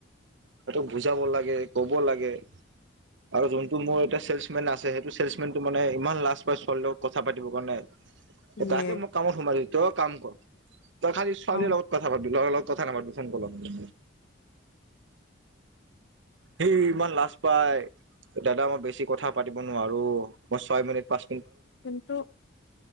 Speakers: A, on the right; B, on the left.
A: হেটোক বুজাব লাগে কব লাগে আৰু যোনটো মোৰ এ। কিছুমান আছে সেইটো চমেনটো মানে ইমান লাজ পাই ছোৱালীৰ লগত কথা পাতিৰ কাৰণে।
B: ইয়ে
A: তাকে মই কামত সোমাই দি তই কাম কৰ। তই খালি ছোৱালীৰ
B: অ'
A: লগত কথা পাতি ল লগত কথা নাপাতিবি ফোন কলত। সি ইমান লাজ পাই দাদা আমাৰ বেছি। কথা পাতিব নোৱাৰো মই ছয় মিনিট পাচ।
B: কিন্তু